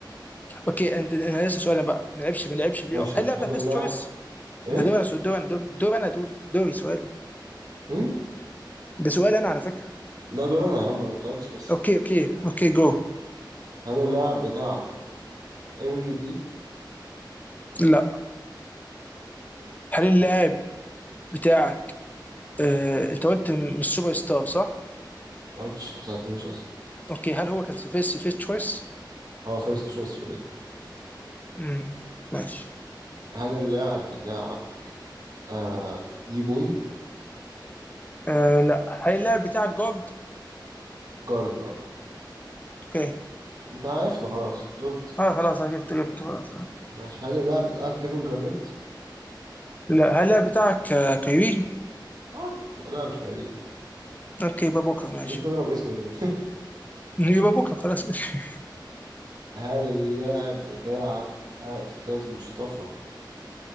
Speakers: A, on the left; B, on the right.
A: اوكي انت انا لسه سؤال بقى ما لعبش ما لعبش بلاي
B: ماشي
A: اوف
B: ماشي
A: هل اللاعب
B: هل
A: ده فيست
B: اللاعب
A: تشويس
B: ايه؟
A: ده دور انا سؤال- دور انا دور دور انا دور دوري سؤالي
B: مين؟
A: ده سؤال انا على فكره
B: لا دور انا يا عم انا ما سألتش لسه
A: اوكي اوكي اوكي جو
B: هل اللاعب بتاعك ام في بي؟
A: لا هل اللاعب بتاعك آه، انت قلت م- مش سوبر ستار صح؟
B: ما قلتش ما سألتنيش اصلا
A: اوكي هل هو كان فيرست فيرست تشويس؟
B: هو فيرست تشويس في الإيطالي
A: امم ماشي
B: هل اللاعب بتاعك آه دي بوي؟
A: آه لا هل اللاعب بتاعك جارد؟
B: جارد اه
A: اوكي
B: انت عرفته خلاص زولت
A: اه خلاص أنا جبت جبت خلاص لا
B: ماشي هل اللاعب بتاعك كيفن جارنيت؟
A: لا، هل اللاعب بتاعك آه، كيوي؟
B: وات لا مش غريب
A: اوكي يبقى بوكر ماشي
B: خليتني اضرب اسم ليه
A: يبقى بوكر خلاص <laughs> ماشي
B: <laughs> هل اللاعب بتاعك يا استاذ مصطفى